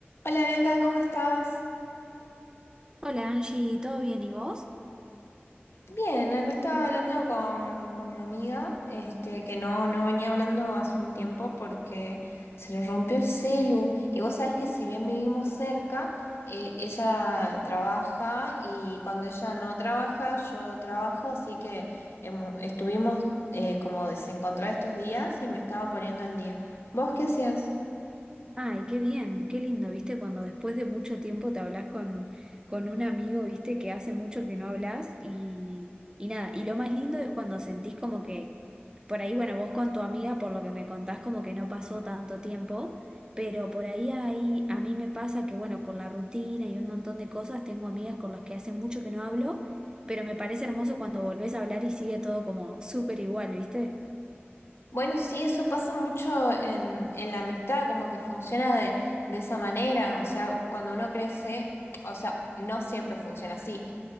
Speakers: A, on the left; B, on the right.
A: Hola Bianca, ¿cómo estás?
B: Hola Angie, ¿todo bien y vos?
A: Bien, acá estaba hablando con, con una amiga, este, que no, no venía hablando hace un tiempo porque se le rompió el celu. Y vos sabés que si bien vivimos cerca, eh, ella trabaja y cuando ella no trabaja, yo trabajo, así que hemo- estuvimos eh, como desencontradas estos días y me estaba poniendo al día. ¿Vos qué hacías?
B: Ay, qué bien, qué lindo, ¿viste? Cuando después de mucho tiempo te hablas con, con un amigo, ¿viste? Que hace mucho que no hablas y, y nada, y lo más lindo es cuando sentís como que, por ahí, bueno, vos con tu amiga, por lo que me contás, como que no pasó tanto tiempo, pero por ahí, ahí a mí me pasa que, bueno, con la rutina y un montón de cosas, tengo amigas con las que hace mucho que no hablo, pero me parece hermoso cuando volvés a hablar y sigue todo como súper igual, ¿viste?
A: Bueno, sí, eso pasa mucho en, en la amistad, como que funciona de, de esa manera, o sea, cuando uno crece, o sea, no siempre funciona así,